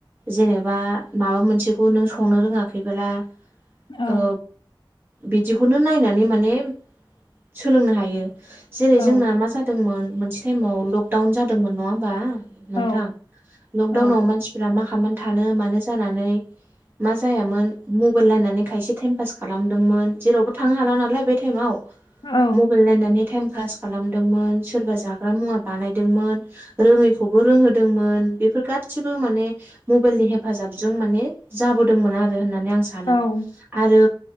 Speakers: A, on the right (about 25°); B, on the left (about 65°).
A: जेनेबा माबा मोनसेखौ नों संनो रोङाखैबोला
B: औ
A: ओ बिदिखौनो नायनानै माने सोलोंनो हायो। जेरै
B: औ
A: जोंना मा जादोंमोन मोनसे टाइमाव लकडाउन जादोंमोन नङा होमबा? नोंथां
B: औ
A: लकदाउनाव
B: औ
A: मानसिफोरा मा खालामामनानै थानो मानो जानानै मा जायामोन मबाइल नायनानै खायसे टाइम पास खालामदोंमोन जेरावबो थांनो हाला नालाय बे टाइमाव
B: औ
A: मबेल नायनानै टाइम पास खालामदोंमोन सोरबा जाग्रा मुवा बानायदोंमोन रोङैखौबो रोंहोदोंमोन बेफोर गासिबो माने मबेलनि हेफाजाबजों माने जाबोदोंमोन आरो होननानै आं सानो
B: औ
A: आरो